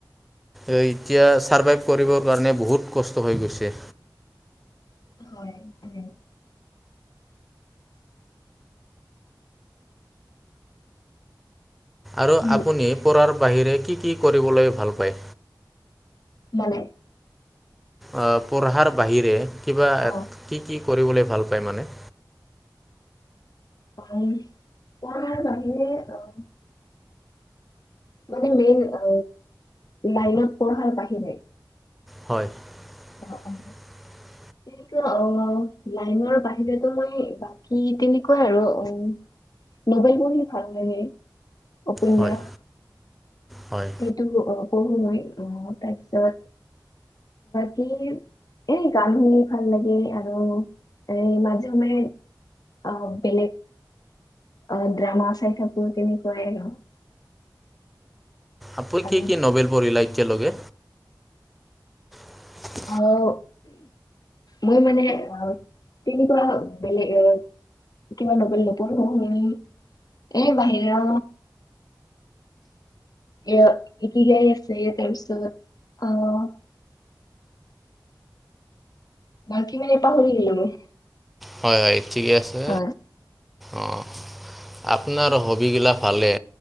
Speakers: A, in the centre; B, on the left (about 55°).
A: এ এতিয়া ছাৰ্ভাইভ কৰিবৰ কাৰণে, বহুত কষ্ট হৈ গৈছে।
B: হয়। হয়
A: আৰু
B: উম
A: আপুনি পঢ়াৰ বাহিৰে কি কি কৰিবলৈ ভাল পায়?
B: মানে?
A: আ পঢ়াৰ বাহিৰে কিবা
B: অ
A: এটা কি কি কৰিবলৈ ভাল পায় মানে?
B: মই, পঢ়াৰ বাহিৰে অ' মানে মেইন, আ লাইনত পঢ়াৰ বাহিৰে
A: হয়। <inaudible>
B: অ', অ'। <unintelligible> অ' লাইনৰ বাহিৰেতো মই, বাকী তেনেকুৱা আৰু অ' নবেল পঢ়ি ভাল লাগে, উপন্যাস
A: হয়, হয়।
B: টো, অ' পঢ়ো মই অ' তাৰপিছত সি এ গান শুনি ভাল লাগে, আৰু এ মাজে সময়ে আ বেলেগ অ' ড্ৰামা চাই থাকো, তেনেকুৱাই আৰু।
A: আপুনি
B: আৰু
A: কি কি নবেল পঢ়িলে এতিয়ালৈকে? <unintelligible>
B: আৰু মই মানে অ' তেনেকুৱা বেলেগ এ কিবা নবেল নপঢ়োৱে, এ বাহিৰ ৰা এ এতিকাই আছে তাৰ পিছত অ' <unintelligible> বাকী মানে পাহৰি গেলো মই।
A: হয়, হয় ঠিকে আছে
B: হয়।
A: অ' আপোনাৰ হবগিলা ফালে